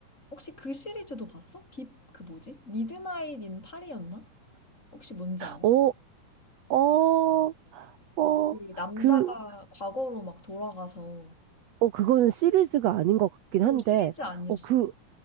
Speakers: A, on the left; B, on the right.
A: 혹시 그 시리즈도 봤어? 빕, 그 뭐지? 미드나잇 인 파리였나? 혹시 뭔지 알아?
B: 어, 어, 어,
A: 그 남자가
B: 그,
A: 과거로 막 돌아가서,
B: 어, 그거는 시리즈가 아닌 것 같긴
A: 오,
B: 한데,
A: 시리즈 아니었어.
B: 어, 그,